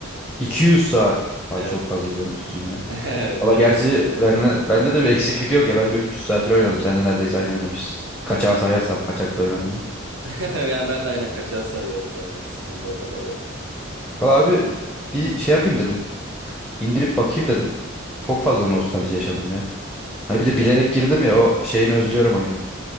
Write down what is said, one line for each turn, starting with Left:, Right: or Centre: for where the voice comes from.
Centre: 200 saat. Abi
Right: Evet.
Centre: çok fazla görmüşsün
Right: <laughs>
Centre: ya.
Right: Evet
Centre: Valla
Right: biraz
Centre: gerçi
Right: ben Skyrim'e
Centre: benle,
Right: şey yapalım.
Centre: bende de bir eksiklik yok ya. Ben de 300 saatini oynadım. Seninle neredeyse aynı oynamışız. Kaçağı
Right: Evet
Centre: sayarsam
Right: evet.
Centre: kaçakta oynadığımı.
Right: <laughs> Yani ben de aynen kaçağı sayıyorum zaten. Steam'de o kadar yok.
Centre: Valla abi bir şey yapayım dedim. İndirip bakayım dedim. Çok fazla nostalji yaşadım ya. Hani bir de bilerek girdim ya o şeyini özlüyorum oyunun.